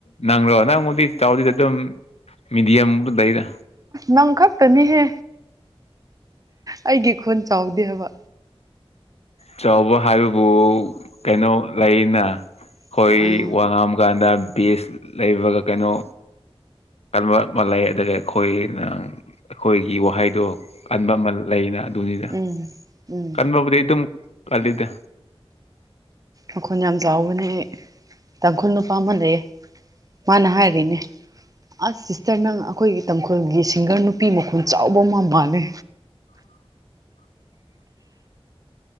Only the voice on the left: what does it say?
ꯅꯪꯂꯣ ꯅꯪꯕꯨꯗꯤ ꯆꯥꯎꯗꯦꯗ ꯑꯗꯨꯝ ꯃꯤꯗꯤꯌꯝ ꯗ ꯂꯩꯗ
ꯆꯥꯎꯕ ꯍꯥꯏꯕꯕꯨ ꯀꯩꯅꯣ ꯂꯩꯅ ꯑꯩꯈꯣꯏ
ꯋꯥ ꯉꯥꯡꯕꯀꯥꯟꯗ ꯕꯦꯁ ꯂꯩꯕꯒ ꯀꯩꯅꯣ ꯀꯟꯕ ꯑꯃ ꯂꯩ ꯑꯗꯨꯒ ꯑꯩꯈꯣꯏꯅ ꯑꯩꯈꯣꯏꯒꯤ ꯋꯥꯍꯩꯗꯣ ꯀꯟꯕ ꯑꯃ ꯂꯩꯅ ꯗꯨꯅꯤꯗ
ꯀꯟꯕꯕꯨꯗꯤ ꯑꯗꯨꯝ ꯀꯜꯂꯤꯗ
<inaudible>